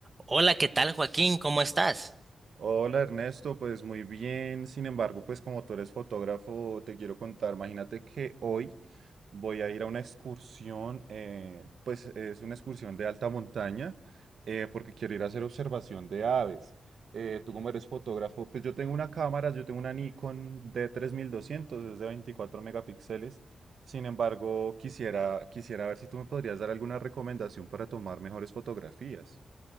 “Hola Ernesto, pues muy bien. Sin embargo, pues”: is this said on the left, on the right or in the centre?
Right